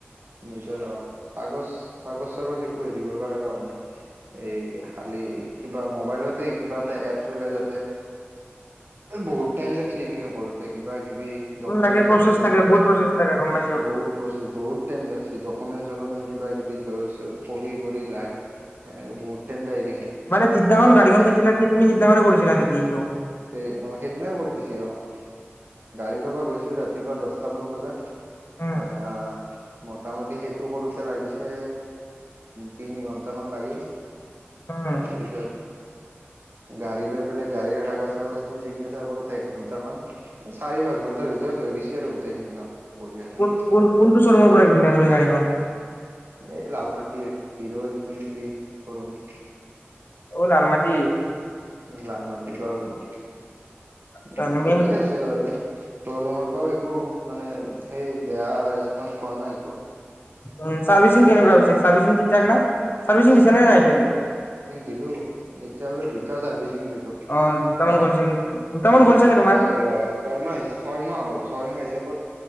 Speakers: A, on the right (about 55°); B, on the left (about 55°).
A: নিজৰ অ' কাগজ কাগজ চাগজ একো হেৰি কৰিব লগা হোৱা নাই। এই খালি কিবা মবাইলতে কিবা এটা এপ চলোই যাতে বহুত টাইম লাগছে সেইখিনি কৰোতে। কিবা কিবি সি ডকুমেন্ট
B: লাগে প্ৰচেছ
A: চকুমেন্ট
B: থাকে
A: লৈ,
B: বহুত প্ৰচেছ থাকে গম পাইছো
A: বহুত প্ৰচেছ বহুত টাইম লাগিছে। ডকুমেণ্ট ডকুমেণ্ট কিবা কিবি লৈ ছৈ কৰি কৰি লাহে এনেকে বহুত টাইম লাগি গৈছে।
B: মানে যিদিনাখন গাড়ীখন কিনিছিলা কি তুমি সিদিনাখনে কৰিছিলা নেকি এইটো?
A: সেই অ' সেইদিনাই কৰি দিছে, অ' গাড়ী লবা গৈছো ৰাতিপুৱা দহটামান বজাত
B: উম
A: আহ মোটামুটি সেই টো কৰোতে লাগিছে তিনি ঘণ্টামান লাগিল।
B: উম
A: তাৰপিছত গাড়ী লৈ পেলাই গাড়ীৰ কাগজ লাগছ খিনি চিগনেচাৰ কৰোতে এক ঘন্টামান চাৰি পাঁচ ঘন্টাৰ ভিতৰত হৈ গৈছেি আৰু গোটেইখিনি কাম বঢ়িয়াকে
B: কোন কোন কোনটো শ্বৰুমৰ পৰা কিনিলা তুমি গাড়ীখন
A: এই লাল মাটিৰ হিৰো ইনফিনিটি শ্বৰুম।
B: ঔ লালমতি
A: লাল মাটিৰ পৰা ললো
B: আচ্ছা
A: উম ঠিকে
B: মেইন
A: আছে বাৰু শ্বৰুমৰ পৰাও একো মানে সেই। বেয়া ৰেচপঞ্চ পোৱা নাই একো
B: উ চাৰ্ভিচিং কেনেকুৱা মানে ছাৰ্ভিচিং ঠিক ঠাক নে ছাৰ্ভিচিং দিছে নে নাই। দিছিলে।
A: দিলোঁ। এতিয়ালৈ দুটা চাৰ্ভিচিং দিলো
B: অ দুটামান
A: হা
B: গ'ল চাগে দুটামান
A: দুটা
B: গ'ল চাগে তোমাৰ
A: গল ছয় মাহ ছয় মাহ হ'ল ছয় মাহ হিচাপত।